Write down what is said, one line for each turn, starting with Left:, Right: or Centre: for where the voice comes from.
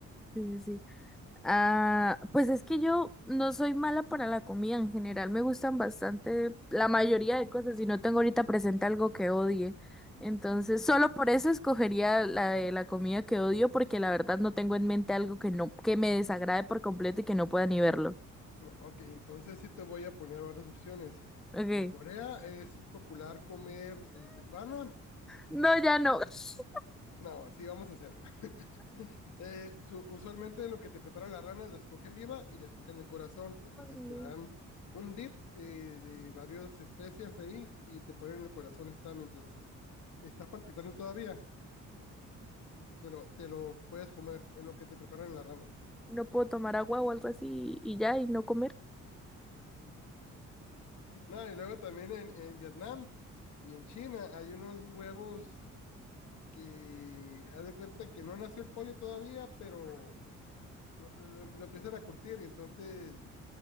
Centre: sí, sí, sí. Ah, pues es que yo no soy mala para la comida en general, me gustan bastante la mayoría de cosas y no tengo ahorita presente algo que odie. Entonces, solo por eso escogería la de la comida que odio porque la verdad no tengo en mente algo que no que me desagrade por completo y que no pueda ni verlo.
Left: No, ok, entonces sí te voy a poner varias opciones.
Centre: Okay.
Left: En Corea es popular comer eh, rana.
Centre: No, ya no. <laughs>
Left: No, sí, vamos a hacerlo. <laughs> Eh, su- usualmente en lo que te preparan la rana, la escogen viva y le sacan el corazón. Entonces
Centre: Ay, no.
Left: te dan un dip eh, de varias especias ahí y te ponen el corazón está mientras está palpitando todavía. te lo, te lo puedes comer en lo que te preparan la rana.
Centre: No puedo tomar agua o algo así y ya y no comer.
Left: No, y luego también en, en Vietnam y en China hay unos huevos que haz de cuenta que no nació el pollo todavía, pero lo, lo, lo- lo empiezan a curtir y entonces